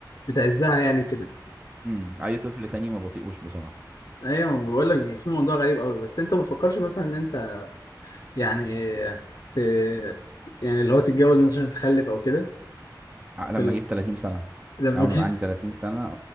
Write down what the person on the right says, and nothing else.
امم اي طفل تاني ما بطيقوش بسرعه
ع- لما
اجيب 30 سنه
لو
انا عندي
30 سنه اه